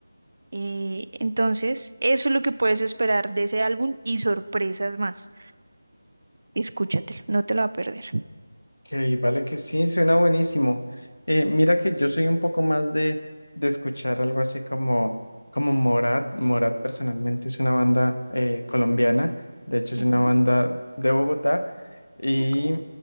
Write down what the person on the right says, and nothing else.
Eh, entonces, eso es lo que puedes esperar de ese álbum y sorpresas más. Escúchatelo, no te lo va a perder.
Ujú,
Ok.